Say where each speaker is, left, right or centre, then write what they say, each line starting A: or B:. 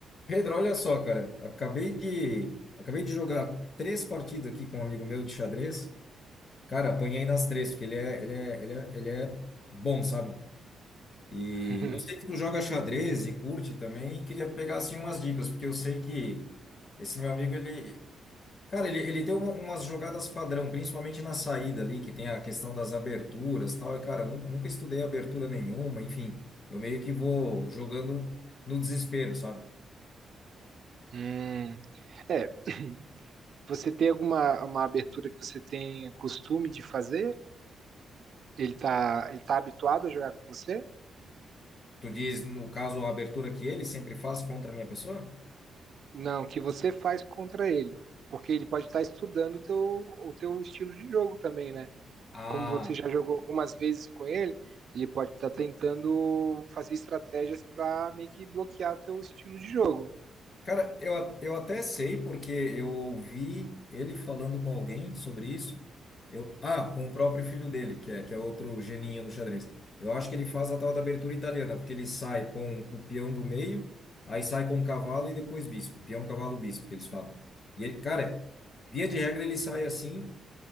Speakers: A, on the left (about 45°); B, on the right (about 60°).
A: Pedro, olha só, cara, acabei de acabei de jogar três partidas aqui com um amigo meu de xadrez. Cara, apanhei nas três, porque ele é ele é ele é, ele é bom, sabe? E
B: <laughs>
A: eu sei que tu joga xadrez e curte também, e queria pegar assim umas dicas, porque eu sei que esse meu amigo ele Cara, ele, ele tem um- umas jogadas padrão, principalmente na saída ali, que tem a questão das aberturas e tal. E, cara, nu- nunca estudei abertura nenhuma, enfim, eu meio que vou jogando no desespero, sabe?
B: Hum. É, você tem alguma uma abertura que você tem costume de fazer? Ele tá, ele tá habituado a jogar com você?
A: Tu diz, no caso, a abertura que ele sempre faz contra a minha pessoa?
B: Não, que você faz contra ele, porque ele pode estar estudando o teu, o teu estilo de jogo também, né?
A: Ah,
B: Como você já jogou algumas vezes com ele, ele pode estar tentando fazer estratégias para meio que bloquear o teu estilo de jogo.
A: cara, eu, a- eu até sei porque eu ouvi ele falando com alguém sobre isso. Eu, ah, com o próprio filho dele, que é, que é outro geninho no xadrez. Eu acho que ele faz a tal da abertura italiana, porque ele sai com o peão do meio, aí sai com o cavalo e depois bispo. Peão, cavalo, bispo, que eles falam. E ele, cara, via de regra ele sai assim